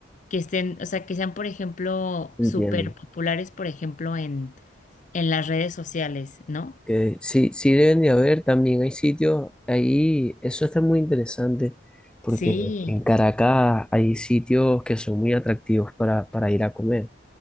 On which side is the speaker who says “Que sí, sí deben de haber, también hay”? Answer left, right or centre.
Centre